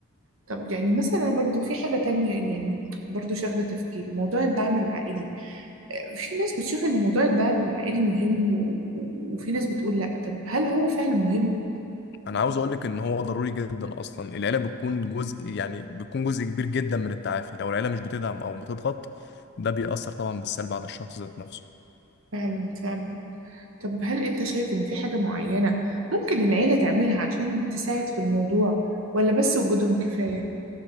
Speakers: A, on the right; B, on the left.
A: طب يعني مثلا برضو في حاجة تانية يعني برضو شاغلة تفكيري موضوع الدعم العائلي آه، في ناس بتشوف إن موضوع الدعم العائلي مهم و... و- وفي ناس بتقول لأ طب هل هو فعلا مهم؟
B: أنا عاوز أقولك إن هو ضروري جدا أصلا العيلة بتكون جزء يعني بتكون جزء كبير جدا من التعافي لو العيلة مش بتدعم أو بتضغط ده بيأثر طبعا بالسلب على الشخص ذات نفسه
A: فعلا فعلا طب هل أنت شايف إن في حاجة معينة ممكن العيلة تعملها عشان تساعد في الموضوع ولا بس وجودهم كفاية؟